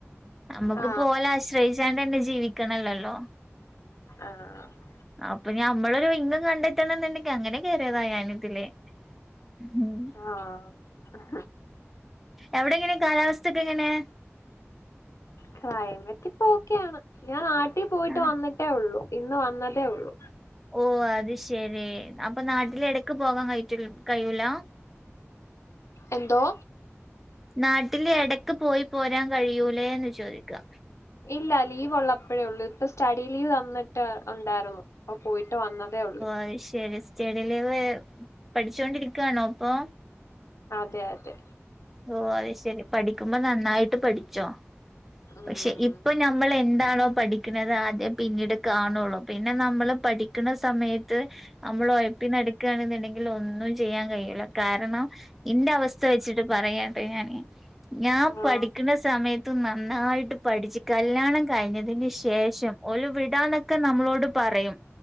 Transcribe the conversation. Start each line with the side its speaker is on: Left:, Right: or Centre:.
Centre: നമ്മക്ക്
Left: ആ
Centre: ആശ്രയിച്ചാണ്ടന്നെ ജീവിക്കണല്ലല്ലോ
Left: ആ അ
Centre: അപ്പൊ ഞമ്മളൊരു ഇൻകം കണ്ടെത്തണം എന്നുണ്ടക്കെ അങ്ങനെ കേറിയതാ ഞാനിതില് മ്മ്
Left: ആഹ് അഹ്
Centre: അവിടെങ്ങനെ കാലാവസ്ഥക്കെ എങ്ങനെ?
Left: ക്ലൈമറ്റിപ്പ ഓക്കെയാണ് ഞാൻ നാട്ടി പോയിട്ട്
Centre: ആണോ
Left: വന്നി ട്ടേ ഒള്ളൂ ഇന്ന് വന്നതേ ഒള്ളൂ
Centre: ഓ അത് ശെരി അപ്പൊ നാട്ടിൽ എടക്ക് പോകാൻ കഴിറ്റിൽ കഴൂലാ
Left: എന്തോ?
Centre: നാട്ടില് എടക്ക് പോയി പോരാൻ കഴിയൂലേ എന്ന് ചോദിക്കാ
Left: ഇല്ലാ ലീവ് ഒള്ളപ്പോഴേ ഒള്ളൂ ഇപ്പൊ സ്റ്റഡി ലീവ് തന്നിട്ട് ഒണ്ടാരുന്നു പ്പ പോയിട്ട് വന്നതേ ഒള്ളു
Centre: അയ്ശരി സ്റ്റഡിലീവ് പഠിച്ചോണ്ടിരിക്കാണോ അപ്പോ?
Left: അതെ അതെ
Centre: ഓ അത് ശരി പഠിക്കുമ്പോ നന്നായിട്ട് പഠിച്ചോ
Left: ഉം
Centre: പക്ഷെ ഇപ്പൊ ഞ മ്മള് എന്താണോ പഠിക്കുന്നത് അതെ പിന്നീട് കാണുള്ളൂ പിന്നെ നമ്മള് പഠിക്കുന്ന സമയ ത്ത് നമ്മളൊയപ്പിനടക്കാണെന്നുണ്ടെങ്കിൽ ഒന്നും ചെയ്യാൻ കഴി. യൂല കാരണം എന്റ അവസ്ഥ വെച്ചിട്ട് പറയാട്ടൊ ഞാന് ഞാൻ
Left: ആ
Centre: പഠിക്കുന്ന സമയ ത്ത് നന്നായിട്ട് പഠിച്ച് കല്യാണം കഴിഞ്ഞതിന് ശേഷം ഓരു വിടാന്നൊക്ക നമ്മളോട് പറയും